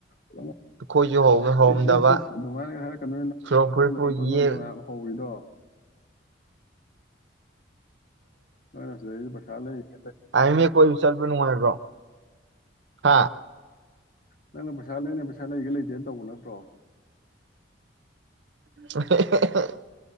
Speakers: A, on the left; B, on the right.
A: <unintelligible>
B: ꯑꯩꯈꯣꯏꯁꯨ ꯍꯧꯅ ꯍꯧꯔꯝꯗꯕ
A: ꯏꯁ ꯏꯁ ꯏꯁ ꯑꯗꯨꯃꯥꯏꯅꯒ ꯍꯥꯏꯔꯛꯀꯅꯨ ꯍꯦ <unintelligible>
B: ꯁꯣꯔꯣꯛꯐꯨꯔꯤꯠꯄꯨ
A: ꯅꯠꯇ꯭ꯔ‌ꯣ ꯅꯣꯏꯗ
B: ꯌꯦꯜ
A: ꯃꯌꯥꯝ ꯍꯧꯔꯤꯗꯣ? ꯅꯣꯏꯅ ꯁꯤꯗꯒꯤ ꯄꯩ <unintelligible>
B: ꯑꯏ ꯑꯝ ꯑꯦ ꯀꯣꯏꯕ ꯆꯠꯄ ꯅꯨꯉꯥꯏꯕ꯭ꯔꯣ? ꯍꯥꯥ
A: ꯅꯪꯅ ꯄꯩꯁꯥ ꯅꯪꯅ ꯄꯩꯁꯥ ꯂꯩꯒꯦ ꯂꯩꯇꯦ ꯇꯧꯕ ꯅꯠꯇ꯭ꯔꯣ?
B: <unintelligible>